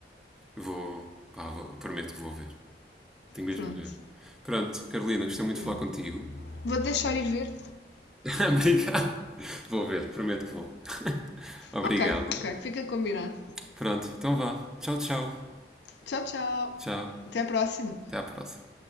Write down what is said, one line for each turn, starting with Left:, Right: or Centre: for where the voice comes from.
Centre: Vou. Pá, vou- prometo que vou ver. Tenho mesmo
Left: Pronto,
Centre: de ver. Pronto, Carolina, gostei muito
Left: yeah.
Centre: de falar contigo.
Left: vou deixar ir ver,
Centre: <laughs> Obrigado. Vou ver, prometo que vou. <laughs> Obrigado.
Left: Ok, ok. Fica combinado.
Centre: Pronto, então vá. Tchau, tchau.
Left: Tchau, tchau.
Centre: Tchau.
Left: Até a próxima.
Centre: Até à próxima.